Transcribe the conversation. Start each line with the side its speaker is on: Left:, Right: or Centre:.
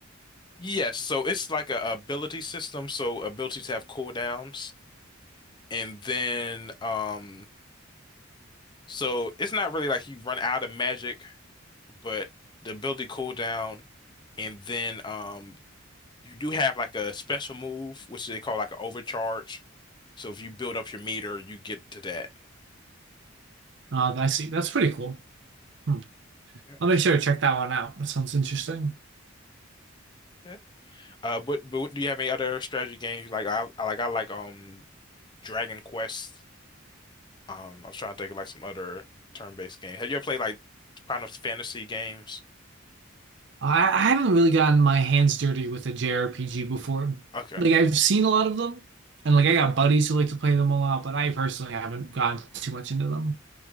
Left: Yes, so it's like a ability system. So abilities have cooldowns, and then um, so it's not really like you run out of magic, but the ability cooldown, and then um, you do have like a special move, which they call like an overcharge. So if you build up your meter, you get to that.
Right: Uh, I see. That's pretty cool. Hmm.
Left: Yeah.
Right: I'll make sure to check that one out. That sounds interesting.
Left: yeah. Uh, but but do you have any other strategy games you like? I, I like I like um Dragon Quest. Um, I was trying to think of like some other turn-based game. Have you ever played like Final Fantasy games?
Right: I, I haven't really gotten my hands dirty with a JRPG before.
Left: Okay.
Right: Like I've seen a lot of them, and
Left: Mhm.
Right: like I got buddies who like to play them a lot, but I personally haven't gotten too much into them.